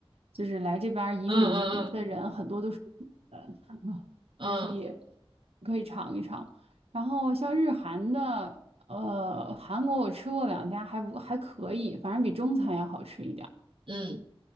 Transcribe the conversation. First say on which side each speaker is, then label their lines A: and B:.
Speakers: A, on the right (about 85°); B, on the right (about 60°).
A: 就是来这边儿移民的人很多都是越南人，
B: 嗯嗯嗯嗯
A: 所以可以尝一尝。然后像日韩的，呃，韩国我吃过两家，还不还可以，反正比中餐要好吃一点儿。
B: 嗯，